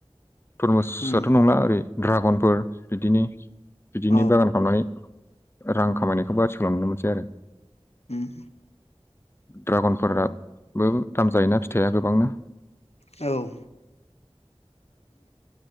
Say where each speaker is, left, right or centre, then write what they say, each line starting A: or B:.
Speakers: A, on the left (about 25°); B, on the left (about 85°).
A: थरमुसथ'
B: उम
A: नंला ओरै दड्रागनफोर बिदिनो बिदिनो
B: औ
A: बागान खालामनानै रां खामानिखौ बा सोलां ननो मोनसै आरो
B: उम
A: ड्रागनफोराबो दाम जायोना फिथाइआ गोबांना
B: औ